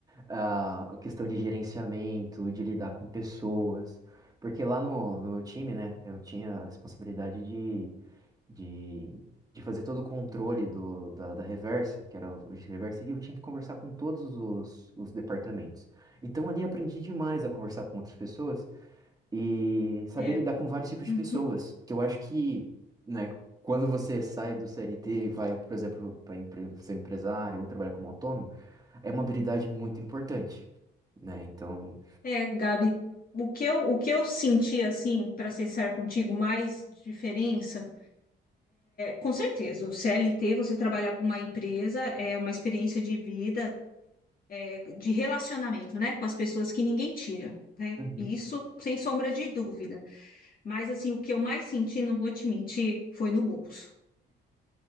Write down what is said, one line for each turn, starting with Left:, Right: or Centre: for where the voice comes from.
Right: a questão de gerenciamento, de lidar com pessoas. Porque lá no, no meu time, né, eu tinha a responsabilidade de, de, de fazer todo o controle do, da, da reversa, que era o logística reversa, e eu tinha que conversar com todos os, os departamentos. Então ali eu aprendi demais a conversar com outras pessoas e saber
Left: É,
Right: lidar com vários tipos
Left: uhum.
Right: de pessoas, que eu acho que, né, quando você sai do CLT e vai, por exemplo, para empre ser um empresário ou trabalhar como autônomo, é uma habilidade muito importante, né? Então,
Left: É, Gabi, o que eu, o que eu senti, assim, para ser sincero contigo, mais diferença. Com certeza, o CLT, você trabalhar para uma empresa é uma experiência de vida, é, de relacionamento, né, com as pessoas que ninguém tira, né?
Right: <laughs>
Left: E Isso sem sombra de dúvida. Mas assim, o que eu mais senti, não vou te mentir, foi no bolso.